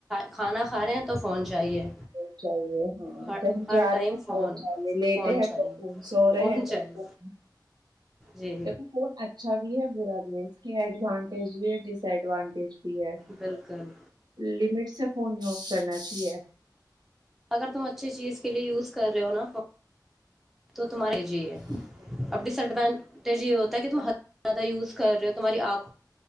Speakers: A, in the centre; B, on the right (about 70°).
A: کھانا کھا رہے ہیں تو فون چاہیے
B: فون چاہیے ہاں
A: ہر
B: کہ
A: ہر
B: جا
A: ٹائم
B: رہے فون ج رہے لیٹ
A: فون
B: ہے
A: چاہیے
B: کو فون سو رہے
A: فون
B: ہیں
A: چاہیے
B: کو فون
A: جی
B: دیکھو فن اچھا بھی ہے کیڈانٹیج بھی ڈسڈانٹی <unintelligible> بھی ہے
A: بالکل
B: لمٹ اس سے فون یوز کرنا چاہیے
A: اگر تم اچھی چیز کے لیے یوز کر رہے ہو نا فون تو تمہارے جی ہے
B: ہاں بالکل
A: اب ڈس ایڈوانٹیج یہ ہوتا کہ تم زیادہ یز کرے ہو تمہاری آنکھ کو